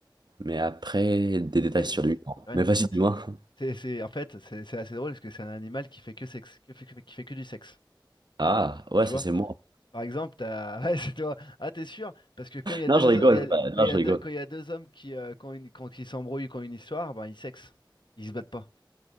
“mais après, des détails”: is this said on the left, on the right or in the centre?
Right